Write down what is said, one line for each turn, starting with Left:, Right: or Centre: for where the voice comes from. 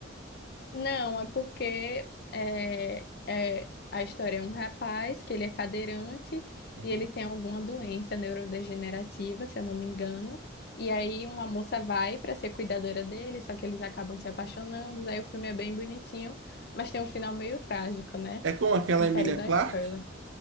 Left: Não, é porque é, é, a história é um rapaz que ele é cadeirante
Right: Uhum.
Left: e ele tem alguma doença neurodegenerativa, se eu não me engano. E aí uma moça vai para ser cuidadora dele, só que eles acabam se apaixonando. Aí o filme é bem bonitinho, mas tem um final meio trágico, né?
Right: É com aquela
Left: Não quero
Right: Emilia
Left: dar
Right: Clarke,
Left: spoiler.